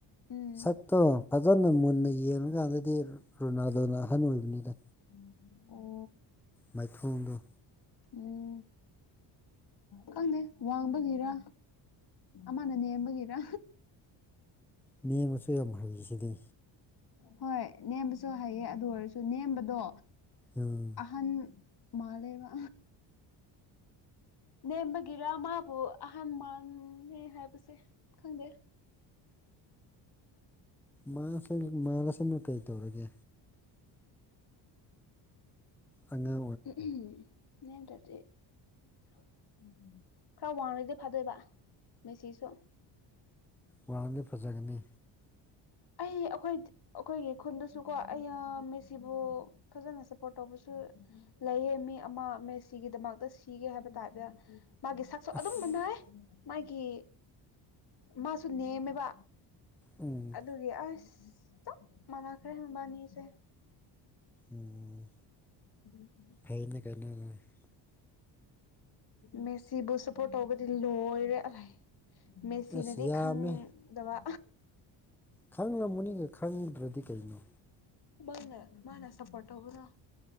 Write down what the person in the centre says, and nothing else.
ꯁꯛꯇꯣ ꯐꯖꯅ ꯃꯨꯟꯅ ꯌꯦꯡꯉꯀꯥꯟꯗꯗꯤ ꯔꯣꯅꯥꯜꯗꯣꯅ ꯑꯍꯟ ꯑꯣꯏꯕꯅꯤꯗ
ꯃꯥꯏꯊꯣꯡꯗꯨ
ꯃꯤ ꯑꯃꯁꯨ ꯌꯥꯝ ꯍꯩꯁꯤꯅꯤ
ꯑꯝ
ꯃꯥꯁ ꯃꯥꯂꯁꯅꯨ ꯀꯩ ꯇꯧꯔꯒꯦ ꯑꯉ
ꯋꯥꯡꯉꯗꯤ ꯐꯖꯒꯅꯤ
ꯑꯁ
ꯎꯝ
ꯎꯝ
<unintelligible>
ꯑꯁ ꯌꯥꯝꯃꯦ
ꯈꯪꯉꯝꯒꯅꯤ ꯈꯪꯗ꯭ꯔꯗꯤ ꯀꯩꯅꯣ